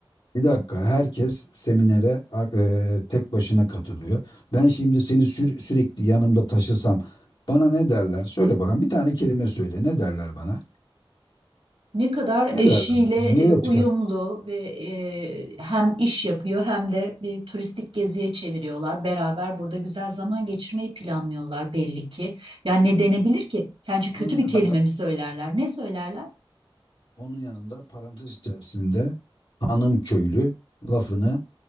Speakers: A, on the left; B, on the right.
A: bir dakika herkes seminere a- e, tek başına katılıyor. Ben şimdi seni sür- sürekli yanımda taşısam bana ne derler? Söyle bakalım bir tane kelime söyle ne derler bana?
B: Ne kadar
A: Ne
B: eşiyle
A: derler? Neye
B: e, uyumlu
A: çıkar?
B: ve e, hem iş yapıyor hem de bir turistik geziye çeviriyorlar. Beraber burada güzel zaman geçirmeyi planlıyorlar belli ki. Yani ne denebilir ki? Sence
A: Onun
B: kötü
A: yanında
B: bir kelime
A: da
B: mi söylerler? Ne söylerler?
A: onun yanında parantez içerisinde hanım köylü lafını